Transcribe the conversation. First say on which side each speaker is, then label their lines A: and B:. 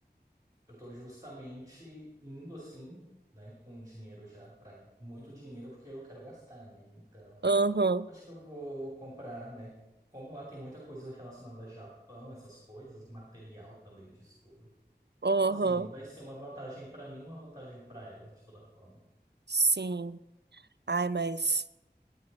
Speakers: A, on the right (about 20°); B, on the right (about 75°).
A: eu tô justamente indo assim, né? Com dinheiro já, para muito dinheiro, porque eu quero gastar, né? Então,
B: Aham.
A: acho que eu vou comprar, né? Como lá tem muita coisa relacionada a Japão, essas coisas, material também de tudo.
B: Aham.
A: Então, assim, vai ser uma vantagem para mim, uma vantagem para ela, de toda forma.
B: Sim. Ai, mas